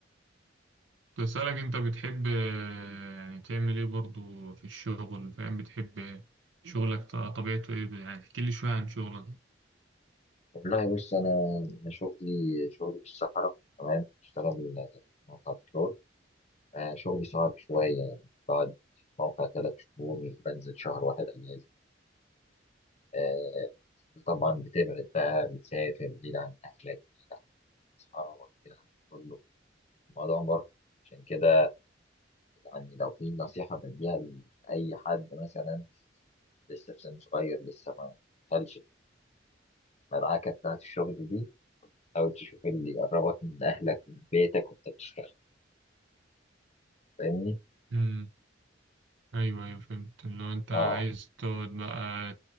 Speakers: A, on the right; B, on the left.
A: بسألك أنت بتحب آه، يعني تعمل إيه برضه في الشغل فاهم بتحب آه، شغلك ط- طبيعته إيه يعني احكي لي شوية عن شغلك
B: والله بص انا انا شغلي شغلي في الصحراء تمام بشتغل في موقع بترول آه شغلي صعب شويه يعني بقعد في موقع ثلاث شهور مش بنزل شهر واحد اجازه آه طبعا بتبعد بقى بتسافر بعيد عن اهلك بعيد عن اصحابك بعيد عن كله الموضوع مرهق عشان كده يعني لو في نصيحه بديها لاي حد مثلا لسه في سن صغير لسه ما دخلش في المدعكه بتاعت الشغل دي حاول تشوف اللي يقربك من اهلك ومن بيتك وانت بتشتغل فاهمني
A: أمم، أيوه أيوه فهمت اللي هو أنت
B: اه
A: عايز تقعد بقى